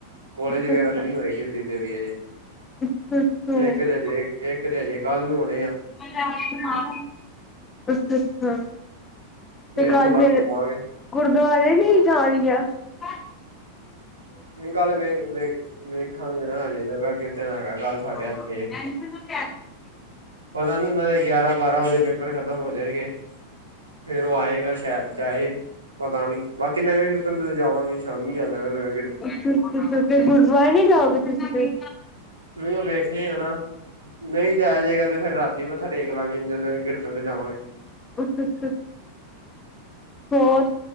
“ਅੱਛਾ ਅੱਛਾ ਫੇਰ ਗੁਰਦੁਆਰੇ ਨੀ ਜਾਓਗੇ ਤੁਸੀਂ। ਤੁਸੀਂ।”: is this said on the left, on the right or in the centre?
Left